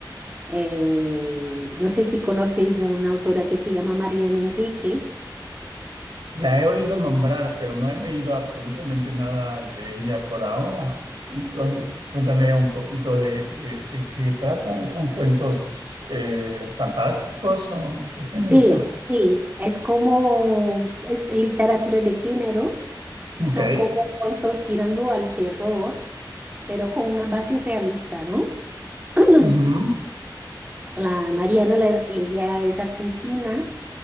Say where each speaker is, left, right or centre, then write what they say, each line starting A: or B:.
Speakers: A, on the right; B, on the right.
A: eh, no sé si conoces una autora que se llama Mariana Enríquez.
B: La he oído nombrar, pero no he leído absolutamente nada de ella por ahora. Entonces, cuéntame un poquito de, de- de qué trata. ¿Son cuentos eh, fantásticos o qué género
A: Sí,
B: está?
A: Sí, sí. Es como, es literatura de género. Son
B: Ok.
A: como cuentos tirando al terror, pero con una base realista, ¿no? <clears throat>
B: Ujú.
A: La Mariana, la- ella es argentina